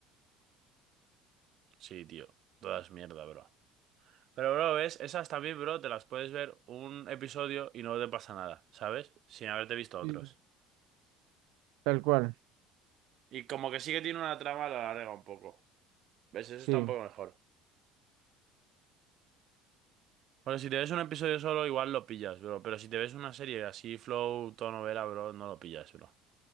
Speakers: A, on the right; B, on the right.
A: Sí, tío. Todas mierda, bro. Pero, bro, ¿ves? Esas también, bro, te las puedes ver un episodio y no te pasa nada, ¿sabes? Sin haberte visto otros.
B: Sí. Tal cual,
A: Y como que sí que tiene una trama, la alarga un poco. ¿Ves? Eso
B: sí.
A: está un poco mejor. Bueno, si te ves un episodio solo, igual lo pillas, bro. Pero si te ves una serie así, flow, tono novela, bro, no lo pillas, bro.